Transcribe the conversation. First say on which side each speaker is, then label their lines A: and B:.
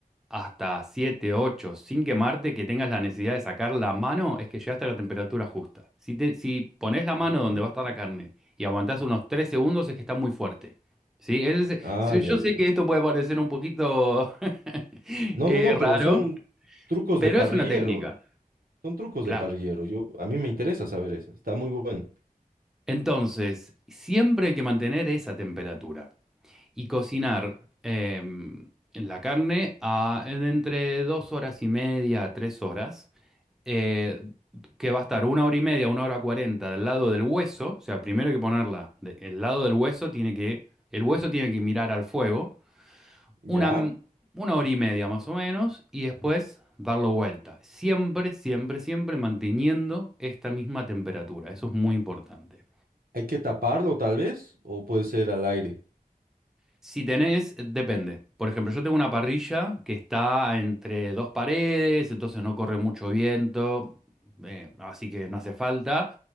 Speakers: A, in the centre; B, on the right (about 75°).
A: hasta 7, 8 sin quemarte, que tengas la necesidad de sacar la mano, es que llegaste a la temperatura justa. Si, te, si pones la mano
B: Ok.
A: donde va a estar la carne y aguantás unos 3 segundos, es que está muy fuerte. ¿Sí? Ese es-
B: Ah,
A: sí,
B: ya,
A: yo
B: ya,
A: sé
B: ya.
A: que esto puede parecer un poquito <laughs>
B: No,
A: eh,
B: no, no, pero
A: raro,
B: son trucos
A: pero
B: de parrillero.
A: es una técnica.
B: Son trucos
A: Claro,
B: de parrillero. Yo, a mí me interesa saber eso. Está muy bueno.
A: Entonces, siempre hay que mantener esa temperatura y cocinar em, la carne a, en entre dos horas y media a tres horas, eh, que va a estar una hora y media, una hora cuarenta del lado del hueso. O sea, primero hay que ponerla de- el lado del hueso tiene que el hueso tiene que mirar al fuego
B: Ya.
A: una m- una hora y media más o menos y después darlo vuelta. Siempre, siempre, siempre manteniendo esta misma temperatura. Eso es muy importante.
B: Hay que taparlo, tal vez, o puede ser al aire.
A: Si tenés, eh, depende. Por ejemplo, yo tengo una parrilla que está entre dos paredes, entonces no corre mucho viento, eh, así que no hace falta.